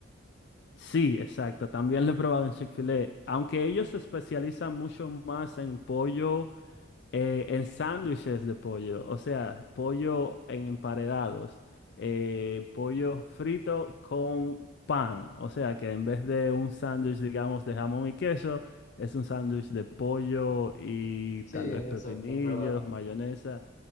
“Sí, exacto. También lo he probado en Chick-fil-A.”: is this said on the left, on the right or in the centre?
Left